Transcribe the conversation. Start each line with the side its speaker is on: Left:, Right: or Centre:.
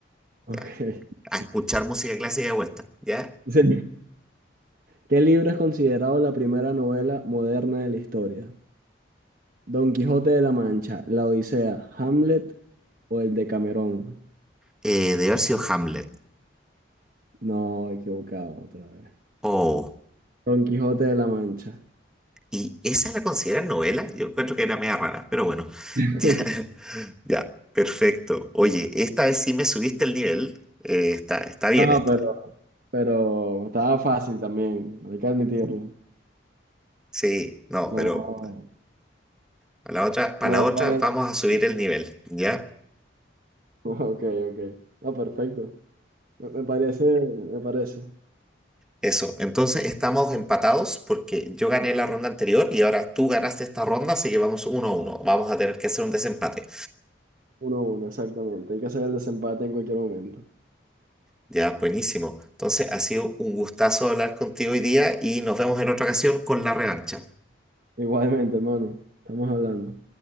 Right: Ok.
Centre: Ya.
Right: <laughs>
Centre: A escuchar música clásica de vuelta. Ya.
Right: Sí. ¿Qué libro es considerado la primera novela moderna de la historia? Don Quijote de la Mancha, La Odisea, Hamlet o el de Camerón.
Centre: Eh, de haber sido Hamlet.
Right: No, equivocado otra vez.
Centre: Oh.
Right: Don Quijote de la Mancha.
Centre: ¿Y esa la consideran novela? Yo encuentro que era media rara, pero bueno. <laughs>
Right: <laughs>
Centre: Ya. Ya, perfecto. Oye, esta vez sí me subiste el nivel. Eh, está, está bien
Right: No,
Centre: este.
Right: pero, pero estaba fácil también, hay que admitirlo.
Centre: Sí, no,
Right: No,
Centre: pero para la otra, para
Right: no
Centre: la otra
Right: vale
Centre: vamos
Right: la
Centre: a subir el nivel, ¿ya?
Right: <laughs> Ok, ok. No, perfecto. Me, me parece, me parece.
Centre: Eso. Entonces estamos empatados porque yo gané la ronda anterior y ahora tú ganaste esta ronda, así que vamos uno a uno. Vamos a tener que hacer un desempate.
Right: Uno a uno, exactamente. Hay que hacer el desempate en cualquier momento.
Centre: Ya, buenísimo. Entonces ha sido un gustazo hablar contigo hoy día y nos vemos en otra ocasión con la revancha.
Right: Igualmente, hermano. Estamos hablando.